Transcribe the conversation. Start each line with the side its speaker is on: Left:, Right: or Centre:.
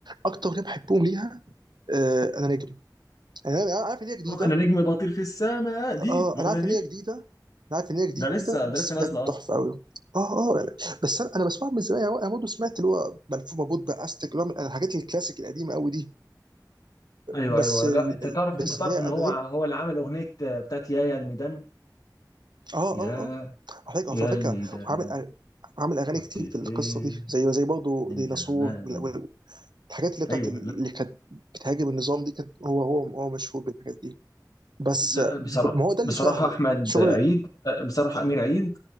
Right: اكتر اغنيه بحبهم ليها آه انا نجم يعني انا أنا عارف ان هي جديده
Left: آه، انا نجم بطير في السماء دي
Right: اه
Left: الاغنيه
Right: انا عارف
Left: دي
Right: ان هي جديده انا عارف ان هي جديده
Left: ده لسه
Right: بس
Left: ده لسه نازله
Right: بجد
Left: اه
Right: تحفه قوي اه اه يعني بس انا انا بسمعها من زمان يعني انا برضه سمعت اللي هو ملفوف مربوط باستك اللي هو من الحاجات الكلاسيك القديمه قوي دي
Left: ايوه
Right: بس
Left: ايوه
Right: ال-
Left: لا انت
Right: ال-
Left: تعرف
Right: بس
Left: انت تعرف
Right: اللي هي
Left: ان
Right: انا
Left: هو هو
Right: نجم
Left: اللي عامل اغنيه بتاعت يا يا الميدان
Right: اه
Left: يا
Right: اه اه على فكره
Left: يا
Right: على
Left: الميدان
Right: فكره وعامل عامل اغاني
Left: كنت
Right: كتير
Left: فين
Right: في القصه دي زي زي برضه
Left: من
Right: ديناصور
Left: زمان
Right: وال- وال- الحاجات اللي بتاعت
Left: ايوه
Right: ال-
Left: لا,
Right: اللي كانت بتهاجم النظام دي كانت هو هو هو مشهور بالحاجات دي بس
Left: لا
Right: آه،
Left: بصراحه
Right: ما هو ده
Left: بصراحه
Right: اللي شهره
Left: احمد
Right: شغل
Left: عيد
Right: ال-
Left: بصراحه امير عيد